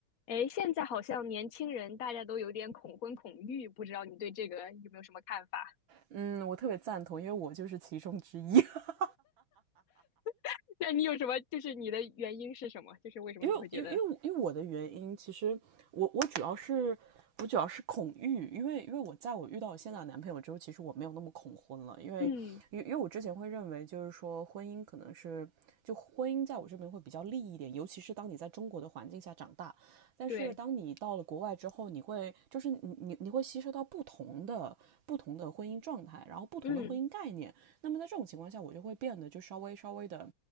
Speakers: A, on the left; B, on the right.
A: 哎，现在好像年轻人大家都有点恐婚恐育，不知道你对这个有没有什么看法？
B: 嗯，我特别赞同，因为我就是其中之一。<laughs>
A: <laughs> 那你有什么，就是你的原因是什么？就是为什么你会觉得，
B: 因为，因为，因为，我的原因，其实我我主要是我主要是恐育，因为因为我在我遇到我现在的男朋友之后，其实我没有那么恐婚了，因为因为因为我之前会认为就是说婚姻可能是就婚姻在我这边会比较利一点，
A: 嗯，
B: 尤其是当你在中国的环境下长大，但是当你到了国外之后，
A: 对，
B: 你会就是你你你会吸收到不同的不同的婚姻状态，然后不同的婚姻概念，
A: 嗯
B: 那么在这种情况下，我就会变得就稍微稍微的。